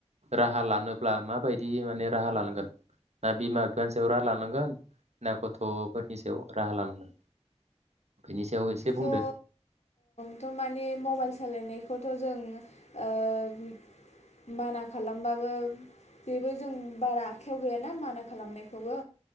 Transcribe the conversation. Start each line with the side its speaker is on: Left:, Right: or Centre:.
Right: राहा लानोब्ला माबायदि माने राहा लानांगोन? ना बिमा बिफानि सायाव राहा लानांगोन ना गथ'फोरनि सायाव राहा लानांगोन? बेनि सायाव एसे
Left: स'
Right: बुंदो
Left: ओ थ' माने मबाइल सालायनायखौथ' जों ओ माना खालामबाबो बेबो जों बारा आखायाव गैयाना माना खालामनायखौबो